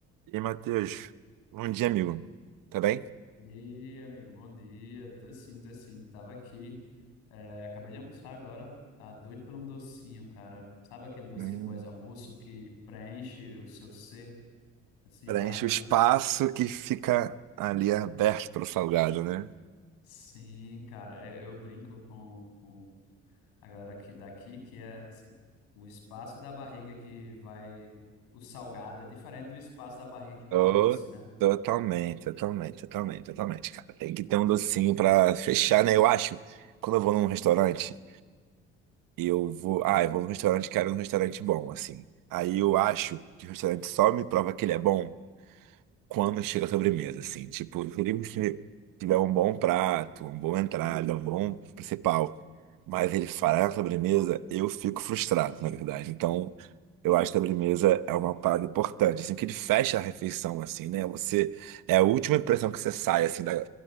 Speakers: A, on the right; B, on the left.
A: E Matheus, bom dia, amigo. Tá bem?
B: E aí, amigo, bom dia. Tô sim, tô sim. Tava aqui, é, acabei de almoçar agora. Tá doido por um docinho, cara. Sabe aquele docinho
A: Hum.
B: pós-almoço que preenche o seu ser, assim,
A: Preenche
B: maravilhoso?
A: o espaço que fica ali aberto pro salgado, né?
B: Sim, cara, eu, eu brinco com, com a galera aqui, daqui, que é, assim, o espaço da barriga que vai o salgado é diferente do espaço da barriga que vai
A: Tô-
B: o doce, né?
A: totalmente, totalmente, totalmente, totalmente, cara. Tem que ter um docinho pra fechar, né? Eu acho, quando eu vou num restaurante, eu vou. Ah, eu vou num restaurante, quero um restaurante bom, assim. Aí eu acho que o restaurante só me prova que ele é bom. quando chega a sobremesa, assim. Tipo, se ele tiver um bom prato, uma boa entrada, um bom principal, mas ele falhar na sobremesa, eu fico frustrado, na verdade. Então, eu acho que a sobremesa é uma parada importante, assim, que ele fecha a refeição, assim, né? Você, é a última impressão que você sai, assim, da,